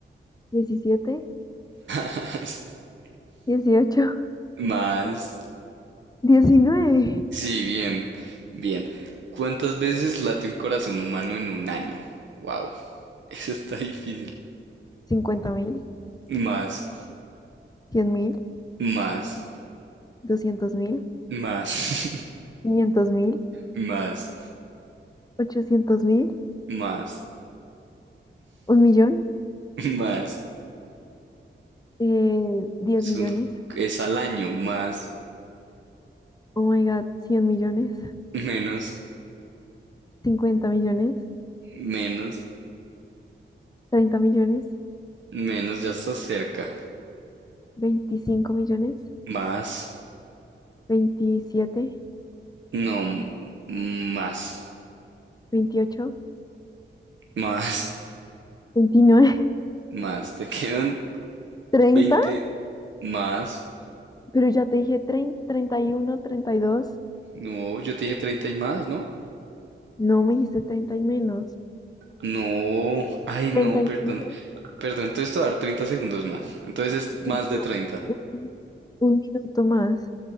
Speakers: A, on the left; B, on the right.
A: diecisiete,
B: <laughs>
A: dieciocho, <laughs>
B: más.
A: diecinueve,
B: Sí, bien, bien. ¿Cuántas veces late un corazón humano en un año? Wow, <laughs> eso está difícil.
A: cincuenta mil,
B: Más,
A: cien mil,
B: más,
A: doscientos mil,
B: más,
A: quinientos mil,
B: <laughs> más,
A: ochocientos mil,
B: más,
A: un millón,
B: más.
A: eh, diez
B: Es
A: millones.
B: un- es al año, más,
A: Oh my God, cien millones.
B: menos,
A: cincuenta millones,
B: menos,
A: 30 millones,
B: menos, ya está cerca.
A: 25 millones,
B: Más,
A: veintisiete
B: no, m- más,
A: veintiocho
B: más,
A: veintinueve
B: más. Te quedan
A: <laughs> treinta
B: veinte más.
A: pero ya te dije trein- treinta y uno treinta y dos
B: No, yo te dije treinta y más, ¿no?
A: no me dijiste 30 y menos,
B: No, ay,
A: 35,
B: no, perdón. Perdón, entonces te voy a dar 30 segundos más. Entonces es
A: son
B: más
A: como
B: de treinta
A: un, un minuto más,